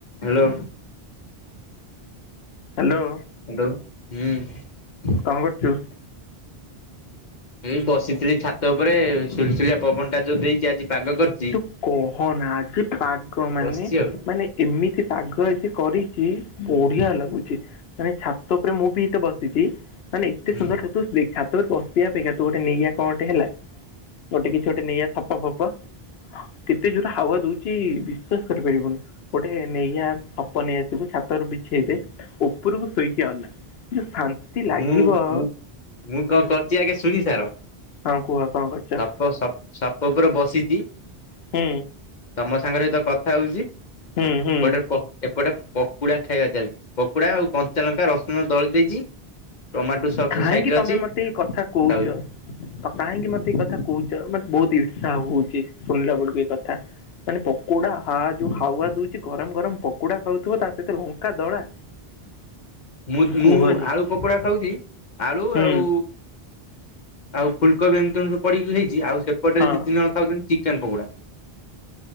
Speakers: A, on the left; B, on the left.
A: Hello.
B: Hello.
A: Hello ହୁଁ <unintelligible>
B: କ'ଣ କରୁଛୁ
A: ଏଇ ବସିଥିଲି ଛାତ ଉପରେ ସୁଲସୁଲିଆ ପବନ ଟା ଯୋଉ ଦେଇଛି ଆଜି ପାଗ କରି
B: ତୁ କହନା ଯେ ପାଗ ମାନେ
A: ବସିଛି ଆଉ।
B: ମାନେ ଏମିତି ପାଗ ଯେ କରିଛି
A: ହୁଁ।
B: ବଢି଼ଆ ଲାଗୁଛି ମାନେ ଛାତ ଉପରେ ମୁଁ ବି ଏତେ ବସିଛି। ମାନେ ଏତେ
A: ହୁଁ
B: ସୁନ୍ଦର ତୁ ଦେଖା ତ ବସିବା ଅପେକ୍ଷା ତୁ ଗୋଟେ ନେଇଆ କଣଟେ ହେଲା ଗୋଟେ କିଛି ଗୋଟେ ନେଇଆ ସଫା ଫପା। କେତେ ଜୋରରେ ହାୱା ଦଉଛି ବିଶ୍ଵାସ କରିପାରିବୁନି। ଗୋଟେ ନେଇଆ ଛପ ନେଇଆସିବୁ ଛାତରୁ ବି ବିଛେଇଦେ
A: ହୁଁ
B: ଉପରକୁ ଶୋଇକି ଆନା ଯୋଉ ଶାନ୍ତି ଲାଗିବ,
A: ମୁଁ ମୁଁ ମୁଁ କଣ କରୁଛି ଆଗେ ଶୁଣି ସାର।
B: ହଁ କୁହ କଣ କରୁଛ?
A: ସା <unintelligible> ସାପ ଉପରେ ବସିଛି।
B: ହୁଁ।
A: ତମ ସାଙ୍ଗରେ ଏ ତ କଥା ହଉଛି,
B: ହୁଁ ହୁଁ
A: ଏପଟେ ଏପଟେ ପକୁଡ଼ା ଖାଇବା ଚାଲିଛି। ପକୁଡ଼ା ଆଉ କଞ୍ଚାଲଙ୍କା ରସୁଣ ଦଳି ଦେଇଛି। ଟମାଟୋ ସକ୍ସ
B: କାହିଁକି
A: ସାଇଡ ରେ
B: ତମେ
A: ଅଛି
B: ମତେ ଏଇ କଥା କହୁଛ?
A: ଖାଉଛି।
B: ତ କାହିଁକି ମତେ ଏଇ କଥା କହୁଛ? ମତେ ବହୁତ ଇର୍ଷା ହଉଛି ଶୁଣିଲା ବେଳକୁ ଏଇ କଥା। ମାନେ ପକୋଡ଼ା। ହ ଯୋଉ ହାୱା ଦଉଛି ଗରମ ଗରମ ପକୋଡା ଖାଉଥିବ ତା ସହିତ ଲଙ୍କା ଦଳା।
A: ମୁଁ
B: କୁହନି
A: ମୁଁ ଆଳୁ ପକୋଡ଼ା ଖାଉଛି ଆଳୁ
B: ହୁଁ
A: ଆଉ ଆଉ ଫୁଲ୍ କୋବି ଏମତି ତେଣୁ ସବୁ ପଡିକି ହେଇଛି ଆଉ ସେ ସେପଟରେ
B: ହଁ
A: ଦି ତିନି ଜଣ ଖାଉଛନ୍ତି ଚିକେନ ପକୋଡ଼ା